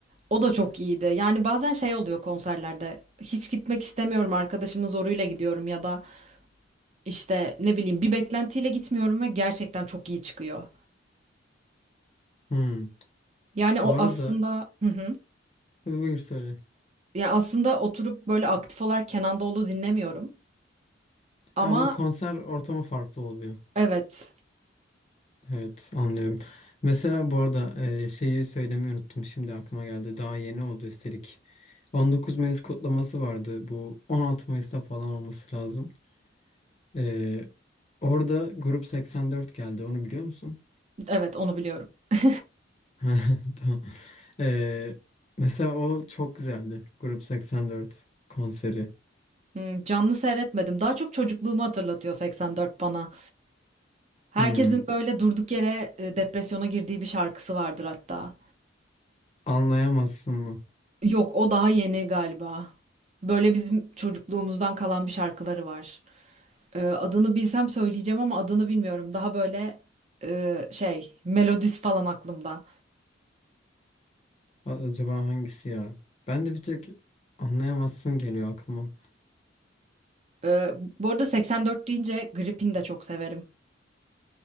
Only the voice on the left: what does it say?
Hmm.
Bu arada
buyur söyle.
Ha ama konser ortamı farklı oluyor.
Evet anlıyorum. Mesela bu arada e, şeyi söylemeyi unuttum. Şimdi aklıma geldi. Daha yeni oldu üstelik. 19 Mayıs kutlaması vardı. Bu 16 Mayıs'ta falan olması lazım. E, orada Grup 84 geldi. Onu biliyor musun?
<laughs> Tamam. E, mesela o çok güzeldi. Grup 84 konseri.
Hmm.
Anlayamazsın mı?
A- Acaba hangisi ya? Ben de bir tek anlayamazsın geliyor aklıma.